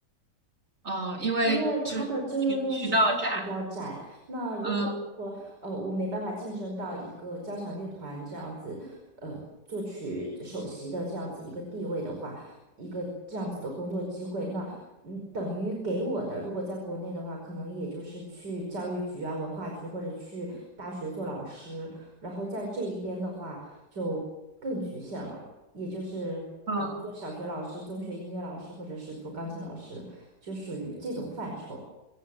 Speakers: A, on the right (about 40°); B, on the right (about 75°).
A: 嗯，因为就渠渠道窄，
B: 因为他的就业面实在是比较窄。那如果说呃我没办法晋升到一个交响乐团这样子，
A: 嗯
B: 呃作曲首席的这样子一个地位的话，一个这样子的工作机会，那嗯等于给我的，如果在国内的话，可能也就是去教育局啊、文化局或者去大学做老师，然后在这一边的话就更局限了，也就是呃做小学老师、
A: 嗯
B: 中学音乐老师或者是做钢琴老师。就属于这种范畴，